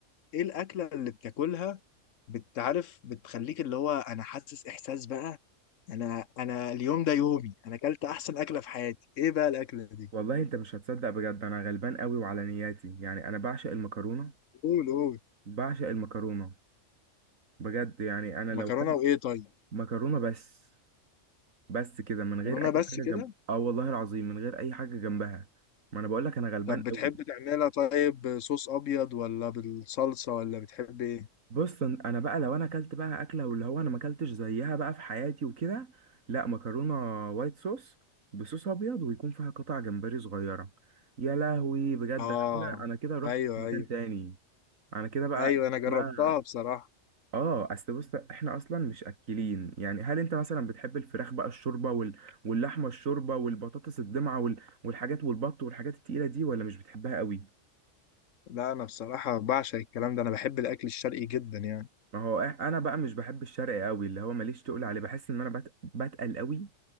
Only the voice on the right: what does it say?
والله انت مش هتصدق بجد انا غلبان قوي وعلى نياتي يعني انا بعشق المكرونة
بعشق المكرونة بجد يعني انا
لو كان
مكرونة بس بس كده من غير
اي
حاجة
جنب اه والله العظيم من غير اي حاجة جنبها ما انا بقول لك انا غلبان
قوي
بص أن- انا بقى لو انا اكلت بقى اكله واللي هو انا ما اكلتش زيها بقى في حياتي وكده لا مكرونه وايت صوص بصوص ابيض ويكون فيها قطع جمبري صغيره يا لهوي بجد
انا كده انا كده رحت
في مكان
تاني انا كده بقى
بقى
اه اصل بص احنا اصلا مش اكلين يعني هل انت مثلا بتحب الفراخ بقى الشوربه وال... واللحمه الشوربه والبطاطس الدمعه وال... والحاجات والبط والحاجات التقيله دي ولا مش بتحبها قوي
ما هو إح- انا بقى مش بحب الشرق قوي اللي هو ماليش تقول عليه بحس ان انا بت... بتقل قوي